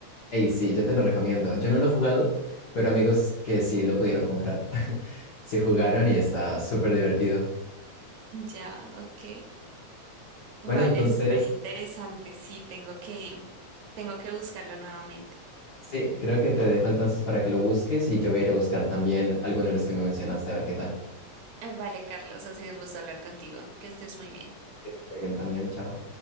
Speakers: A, on the left (about 75°); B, on the right (about 70°).
A: Ey, sí, yo te lo recomiendo. Yo no lo he jugado, pero amigos que sí lo pudieron comprar. <laughs> Sí jugaron y está súper divertido.
B: Ya, ok. Vale,
A: Bueno, entonces...
B: súper interesante. Sí, tengo que, tengo que buscarlo nuevamente.
A: Sí, creo que te dejo entonces para que lo busques y yo voy a ir a buscar también alguno de los que me mencionaste, a ver qué tal.
B: Eh, Vale, Carlos, ha sido un gusto hablar contigo. Que estés muy bien.
A: Que estés muy bien también, chao.